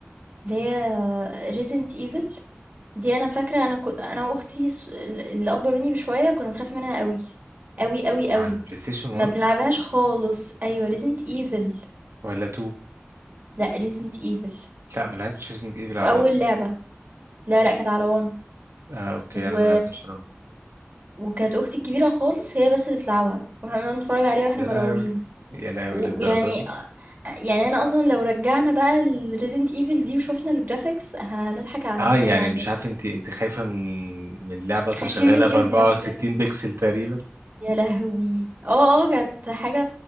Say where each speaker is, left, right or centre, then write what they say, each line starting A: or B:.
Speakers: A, on the right (about 40°); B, on the right (about 75°).
A: اللي هي ريزنت ايفل دي انا فاكره انا كنت انا واختي الص- ال- اللي اكبر مني بشويه كنا بنخاف منها قوي قوي قوي قوي
B: على البلاي ستيشن 1
A: ما بنلعبهاش خالص ايوه ريزنت ايفل
B: ولا 2
A: لا ريزنت ايفل
B: لا ما لعبتش ريزنت ايفل على
A: واول
B: 1
A: لعبه لا لا كانت على 1
B: آه اوكي
A: و...
B: انا ما لعبتش على 1
A: وكانت اختي الكبيره خالص هي بس اللي بتلعبها واحنا بنقعد نتفرج عليها واحنا
B: يا
A: مرعوبين
B: لهوي يا لهوي
A: ويعني
B: للدرجة دي
A: يعني انا اصلا لو رجعنا بقى الريزنت ايفل دي وشوفنا الجرافيكس هنضحك على
B: اه
A: نفسنا
B: يعني
A: والله
B: مش عارف انت انت خايفة من من لعبة اصلا
A: خايفين
B: شغالة
A: من ايه
B: ب 64
A: بجد
B: بكسل تقريبا
A: يا لهوي اه اه كانت حاجه